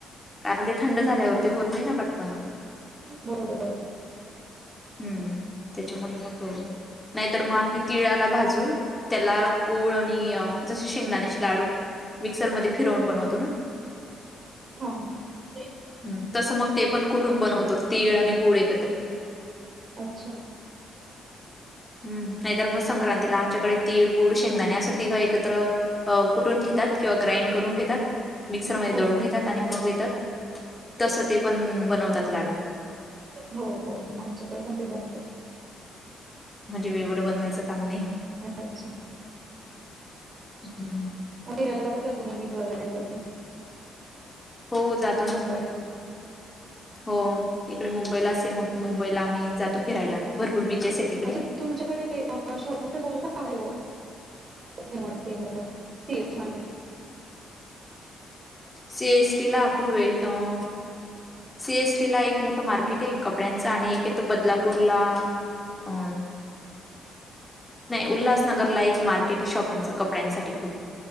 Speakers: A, on the left; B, on the right.
A: कारण ते थंड झाल्यावरती
B: अच्छा
A: होत नाही ना पटकन.
B: बरोबर बरोबर
A: हं.. त्याच्यामुळे मग, नाहीतर मग आम्हीं तिळाला भाजून ला गूळ आणि जसे शेंगदाण्याचे लाडू मिक्सर मध्ये फिरवून बनवतो ना,
B: हा, हा. ह.
A: ह.. तसं मग ते पण कुटून बनवतो तीळ आणि गुळ एकत्र.
B: अच्छा
A: हूं.. नाहीतर मग संक्रांतीला आमच्याकडे तीळ गुळ, शेंगदाणे असं तिघं एकत्र कुठून घेतात किंवा ग्राइंड करून घेतात. मिक्सरमध्ये
B: हो
A: दळून घेतात आणि मग येतात तस ते पण बनवतात लाडू.
B: हो, हो.. आमच्याकडे पण ते बनवतात.
A: म्हणजे वेगवेगडं बनवायचं काम नाही.
B: अच्छा
A: हुं..
B: मग फिरायला कसा तुम बीच वगैरे वरती-?
A: हो जातो ना,
B: मुंबईला
A: हो... इकडे मुंबईलाच हे मग मुंबईला आम्हीं जातो फिरायला भरपूर बीचेस आहेत ईकडे.
B: अच्छा तुमच्याकडे ते शॉपिंगचा कोणता आहे हो.? फेमस ते मोठं सीएसटी मार्केट.
A: सीएसटी ला अभूवे अं सीएसटी ला एक मोठं मार्केट आहे कपड्यांचं आणि एक इथंय बदलापूरला अ नाही उल्हासनगरला एक मार्केट आहे शॉपिंगचं कपड्यांसाठी खूप